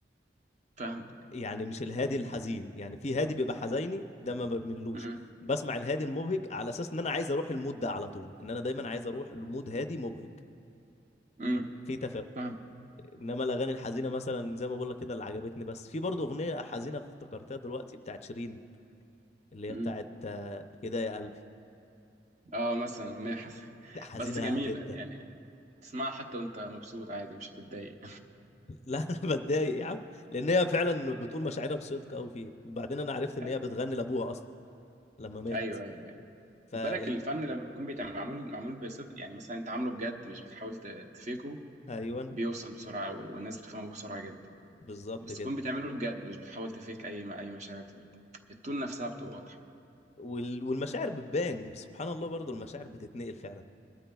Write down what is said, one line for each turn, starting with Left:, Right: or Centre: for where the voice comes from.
Right: فاهمك
Left: يعني مش الهادي الحزين يعني في هادي بيبقى حزيني ده ما بملوش
Right: امم
Left: بسمع الهادي المبهج على اساس ان انا عايز اروح المود ده على طول ان انا دايما عايز اروح لمود هادي مبهج
Right: امم
Left: في تفاؤل
Right: فاهمك
Left: انما الاغاني الحزينه مثلا زي ما بقول لك كده اللي عجبتني بس في برضه اغنيه حزينه افتكرتها دلوقتي بتاعت شيرين اللي هي
Right: امم
Left: بتاعت آه، كده يا قلبي
Right: اه مثلا أغنية حس... <laughs>
Left: دي حزينه
Right: بس جميلة
Left: جدا
Right: يعني تسمعها حتى وأنت مبسوط عادي مش هتتضايق
Left: لا انا بتضايق يا عم لان هي فعلا بتقول مشاعرها بصدق قوي فيه وبعدين انا عرفت ان
Right: ايوه
Left: هي بتغني لابوها اصلا لما مات
Right: ايوه ايوه أيوة.
Left: فال
Right: خد بالك الفن لما بيكون بيتعمل معمول معمول بصدق يعني مثلا انت عامله بجد مش بتحاول ت- تفيكه
Left: ايوه
Right: بيوصل بسرعه قوي والناس بتفهمه بسرعه جدا
Left: بالظبط
Right: بس
Left: كده
Right: تكون بتعمله بجد مش بتحاول تفيك اي اي مشاعر بت- التون نفسها بتبقى واضحه
Left: وال... والمشاعر بتبان سبحان الله برضو المشاعر بتتنقل فعلا